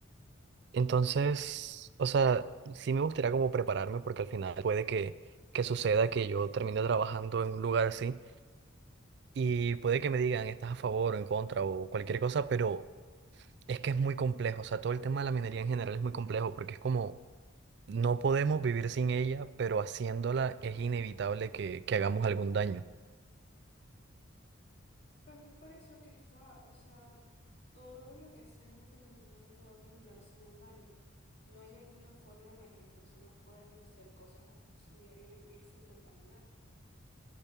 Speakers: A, on the right; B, on the left.
A: Entonces, o sea, sí me gustaría como prepararme porque al final puede que, que suceda que yo termine trabajando en un lugar así y puede que me digan estás a favor o en contra o cualquier cosa, pero es que es muy complejo. O sea, todo el tema de la minería en general es muy complejo porque es como No podemos vivir sin ella, pero haciéndola es inevitable que, que hagamos algún daño.
B: Pero es por eso que está, o sea, todo lo que hacemos en algún momento va a terminar haciendo un daño. No hay alguna forma en la que las personas puedan hacer cosas a su diario vivir sin contaminar.